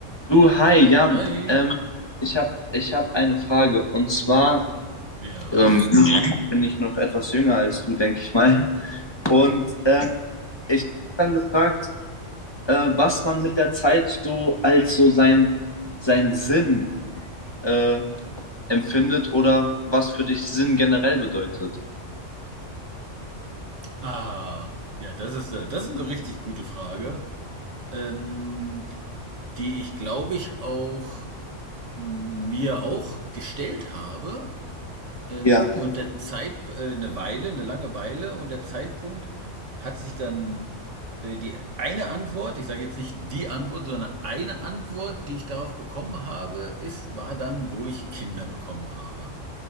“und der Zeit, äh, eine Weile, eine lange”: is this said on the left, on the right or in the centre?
Right